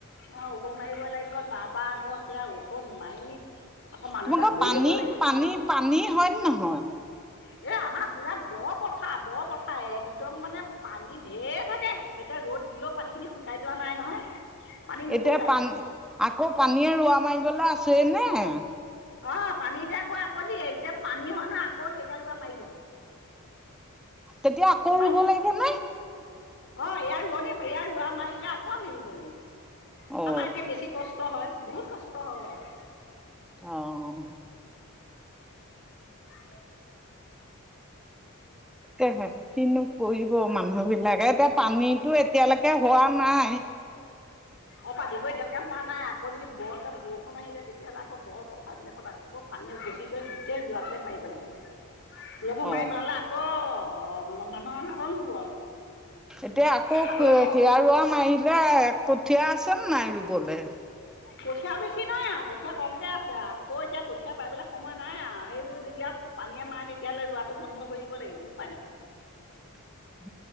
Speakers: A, on the left; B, in the centre.
A: অ'! ঔষধ মাৰিবই লাগিব। তাৰপৰা, আকৌ সেয়া, ঔষধ মাৰি, আকৌ মানুহ
B: তোমালোকৰ
A: এটা ধৰি
B: পানী,
A: ল'ব লাগিব
B: পানী-পানী, হয় নে নহয়?
A: এ, আমাৰ পূৰা দ পথাৰ, দ পথাৰ, একদম মানে, পানী ঢেৰ থাকে। এতিয়া, ৰ'দ দিলেও পানীখিনি শুকাই যোৱা নাই নহয়। পানী নুশুকাই
B: এতিয়া পানী, আকৌ পানীয়ে, ৰোৱা মাৰিবলৈ আছেইনে?
A: অ'! পানী এতিয়া আকৌ, আকৌ জীয়ে, পানী হয় নহয়, আকৌ সেইগাল ৰোৱা মাৰি দিলোঁ।
B: তেতিয়া আকৌ
A: উপায়
B: ৰুব
A: নাই
B: লাগিব
A: আৰু। অ'!
B: নে?
A: ইয়াৰ ৰোৱানীয়ে, ইয়াৰ ৰোৱা মাৰিলে, আকৌ আমি ৰোব লাগিব।
B: অ
A: আমাৰ এতিয়া, বেছি কষ্ট হয়, বহুত কষ্ট হয়!
B: অ' অ'!
A: <unintelligible>
B: <unintelligible> কিনো, কৰিব মানুহ বিলাকে! এতিয়া, পানীতো এতিয়ালৈকে হোৱা নাই।
A: অ'! পানীবোৰ এতিয়ালৈকে হোৱা নাই। আকৌ যদি, বৰকে বৰষুণ আহি যায়, তেতিয়াহ'লে, আকৌ দ পথাৰ বিলাকত, আ আকৌ, পানী উপচি লৈ, গোটেই ৰোৱাবিলাক মাৰি পেলাব।
B: <inaudible>
A: ৰোৱাবোৰ
B: অ
A: মাৰি পেলালে, আকৌ, মানুহৰ অনাতন হ'ব আৰু।
B: এতিয়া আকৌ,
A: খাবলৈ
B: <unintelligible>
A: নহ'ব
B: ৰোৱা মাৰিলে, কঠীয়া আছে নাই ৰোবলে? <inaudible>
A: কঠীয়া বেছি নাই আৰু কঠীয়া কমকে আছে। আকৌ এতিয়া, কঠীয়া পাৰিবলৈ সময় নাই আৰু। সেইবোৰ যেতিয়া, পানীয়ে মাৰে, তেতিয়ালৈ ৰোৱাটো বন্ধ কৰি দিব লাগিব। উপায় নাই!
B: <inaudible>